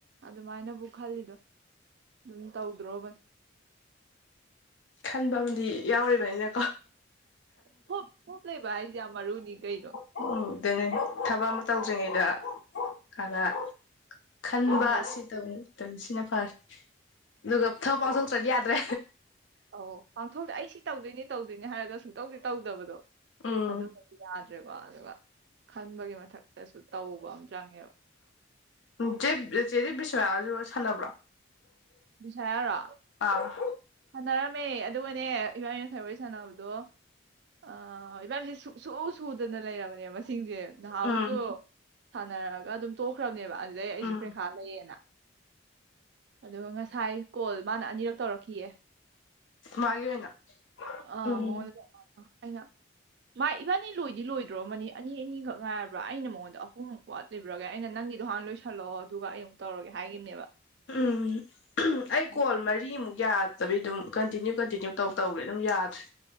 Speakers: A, on the right; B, on the left.
A: ꯑꯗꯨꯃꯥꯏꯅꯕꯨ ꯈꯜꯂꯤꯗꯣ ꯑꯗꯨꯝ ꯇꯧꯗ꯭ꯔꯣꯕꯅꯤ
B: ꯈꯟꯕ ꯑꯃꯗꯤ ꯌꯥꯎꯔꯤꯕꯅꯤꯅ
A: ꯍꯣꯞ ꯍꯣꯞ ꯂꯩꯕ ꯍꯥꯏꯁꯦ ꯌꯥꯝ ꯃꯔꯨꯅꯤ ꯀꯩꯅꯣ
B: ꯎꯝ ꯑꯗꯨꯅꯤ ꯊꯕꯛ ꯑꯃ ꯇꯧꯗ꯭ꯔꯤꯉꯩꯗ ꯍꯥꯟꯅ ꯈꯟꯕ
A: ꯈꯟꯍꯧꯕ
B: ꯑꯁꯤ ꯇꯧꯛꯇꯅꯤ ꯁꯤꯅ ꯐꯔꯦ ꯑꯗꯨꯒ ꯊꯕ ꯄꯥꯡꯊꯣꯛꯇ꯭ꯔꯗꯤ ꯌꯥꯗ꯭ꯔꯦ
A: <unintelligible> ꯊꯣꯛꯇ ꯑꯩ ꯁꯤ ꯇꯧꯗꯣꯏꯖꯦ ꯇꯧꯗꯣꯏꯅꯦ ꯍꯥꯏꯔꯒ ꯁꯨꯡꯇꯧꯗꯤ ꯇꯧꯗꯕꯗꯣ
B: ꯎꯝ
A: ꯑꯗꯨꯝꯕꯗꯤ ꯌꯥꯗ꯭ꯔꯦꯀꯣ ꯑꯗꯨꯒ ꯈꯟꯕꯒꯤ ꯃꯊꯛꯇꯁꯨ ꯇꯧꯕ ꯑꯃ ꯆꯪꯉꯦꯕ
B: ꯎ ꯆꯦ ꯆꯦꯗꯤ ꯕꯤꯁꯌꯥꯜꯁꯨ ꯁꯥꯟꯅꯕ꯭ꯔꯣ
A: <unintelligible> ꯌꯥꯔꯣ
B: ꯑꯥ
A: ꯁꯥꯟꯅꯔꯝꯃꯦ ꯑꯗꯨꯒꯅꯦ ꯏꯕꯥꯝꯅꯤꯅ ꯐꯣꯋꯥꯔꯤ ꯁꯥꯟꯅꯕꯗꯣ ꯑꯥ ꯏꯕꯥꯝꯅꯤꯁꯦ ꯁꯨꯛ ꯁꯨ ꯁꯨꯗꯅ ꯂꯩꯔꯕꯅꯦꯕ ꯃꯁꯤ ꯁꯤꯡꯁꯦ ꯅꯍꯥꯟꯃꯨꯛꯁꯨ
B: ꯎꯝ
A: ꯁꯥꯟꯅꯔꯒ ꯑꯗꯨꯝ ꯇꯣꯛꯈ꯭ꯔꯕꯅꯦꯕ ꯑꯗꯨꯗꯩ ꯑꯩꯁꯨ
B: ꯎꯝ
A: ꯄ꯭ꯔꯦꯈꯥ ꯂꯩꯌꯦꯅ ꯑꯗꯨꯒ ꯉꯁꯥꯏ ꯀꯣꯜ ꯃꯥꯅ ꯑꯅꯤꯔꯛ ꯇꯧꯔꯛꯈꯤꯌꯦ
B: ꯃꯥꯒꯤ ꯑꯣꯏꯅ
A: ꯑꯥ
B: ꯎꯝ
A: ꯃꯉꯣꯟꯗ ꯑꯩꯅ ꯃꯥ ꯏꯕꯥꯅꯤ ꯂꯣꯏꯗꯤ ꯂꯣꯏꯗ꯭ꯔꯣ ꯔꯝꯃꯅꯤ ꯑꯅꯤ ꯑꯅꯤꯈꯛ ꯉꯥꯏꯔꯕ꯭ꯔꯥ ꯑꯩꯅ ꯃꯉꯣꯟꯗ ꯑꯍꯨꯝꯃꯨꯛ ꯋꯥꯠꯂꯤꯕ꯭ꯔꯒ ꯑꯩꯅ ꯅꯪꯒꯤꯗꯣ ꯍꯥꯟꯅ ꯂꯣꯏꯁꯜꯂꯛꯑꯣ ꯑꯗꯨꯒ ꯑꯩ ꯑꯃꯨꯛ ꯇꯧꯔꯒꯦ ꯍꯥꯏꯈꯤꯕꯅꯦꯕ
B: ꯎꯝ ꯑꯩ
A: ꯑꯗꯨꯒ
B: ꯀꯣꯜ ꯃꯔꯤꯃꯨꯛ ꯌꯥ ꯇꯕꯤ ꯑꯗꯨꯝ ꯀꯟꯇꯤꯅ꯭ꯌꯨ ꯀꯟꯇꯤꯅ꯭ꯌꯨ ꯇꯧ ꯇꯧꯔꯦ ꯑꯗꯨꯝ ꯌꯥꯗ꯭ꯔꯦ